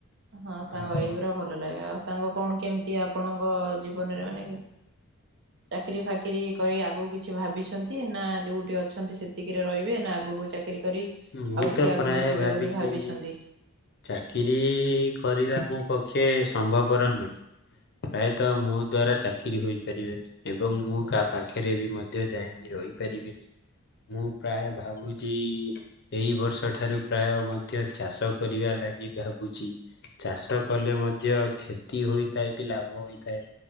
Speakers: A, on the right; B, on the left.
A: ହଁ ସାଙ୍ଗ
B: ଆଉ
A: ଏଇଗୁରା ଭ ଭଲ ଲାଗେ ଆଉ ସାଙ୍ଗ କଣ କେମିତି ଆପଣଙ୍କ ଜୀବନରେ ମାନେ ଚାକିରୀ ଫାକିରି କରି ଆଗକୁ କିଛି ଭାବିଛନ୍ତି ନା ଯୋଉଠି ଅଛନ୍ତି ସେତିକିରେ ରହିବେ ନା ଆଗକୁ ଚାକି ଚାକିରି କରି
B: ମୁଁ
A: ଆଉ ଟିକେ
B: ତ
A: ଆଗକୁ
B: ପ୍ରାୟ
A: ଯିବେ
B: ଭାବିଛି
A: ବୋଲି ଭାବିଛନ୍ତି।
B: ଚାକିରିୀ କରିବା ମୋ ପକ୍ଷେ ସମ୍ଭବର ନୁହେଁ। ପ୍ରାୟତଃ ମୋ ଦ୍ଵାରା ଚାକିରିୀ ହୋଇପାରିବେନି। ଏବଂ ମୁଁ କାହା ପାଖରେ ବି ମଧ୍ୟ ଯାଇଁକି ରହିପାରିବିନି। ମୁଁ ପ୍ରାୟ ଭାବୁଛି ଏଇ ବର୍ଷ ଠାରୁ ପ୍ରାୟ ମଧ୍ୟ ଚାଷ କରିବା ଲାଗି ଭାବୁଛି। ଚାଷ କଲେ ମଧ୍ୟ କ୍ଷତି ହୋଇଥାଏ କି ଲାଭ ହୋଇଥାଏ।